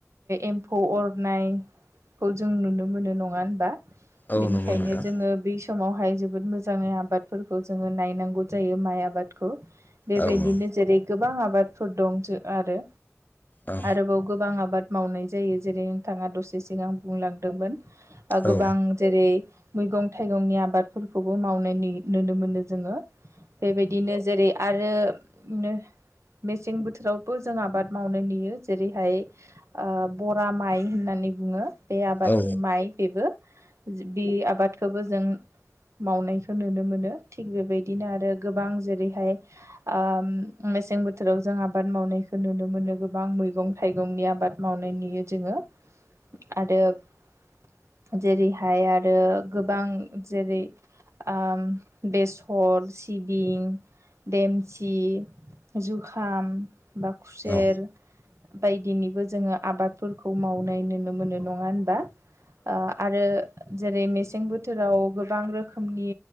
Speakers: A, on the right; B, on the left.
A: एम्फौ अरनाय खौ जों नुनो मोनो नङा होनबा
B: औ
A: बेनिखायनो
B: नंगौ नोंथां
A: जोङो बै सम समावहाय जोबोद मोजाङै आबादफोरखौ जोङो नायनांगौ जायो माइ आबादखौ बेबायदिनो
B: औ औ
A: जेरै गोबां आबादफोर दं जों आरो
B: औ
A: आरोबाव गोबां आबाद मावनाय जायो जेरै नोंथाङा दसे सिगांं बुंलांदोंमोन गोबां
B: औ
A: जेरै मैगं थाइगंनि आबादफोरखौबो माव नुनो मोनो जोङो बेबायदिनो जेरै आरो बिनो मेसें बोथोरावबो जों आबाद मावनो नुयो जेरैहाय बरा माइ होननानै नानै बुङो बे आबाद
B: औ
A: माइ बेबो बि आबादखौबो जों मावनायखौ नुनो मोनो थिग बेबायदिनो आरो गोबां जेरैहाय ओ मेसें बोथोराव जों आबाद मावनाय खौ नुनो मोनो गोबां मैगं थाइगंनि आबाद मावनाय नुयो जोङो। आरो जेरैहाय आरो गोबां जेरै ओम बेसर सिबिं देमसि जुखाम बा खुसेर
B: औ
A: बायदिनिबो जोङो आबादफोरखौ मावनाय नुनो मोनो नङा होनबा। आरो जेरै मेसें बोथोराव गोबां रोखोमनि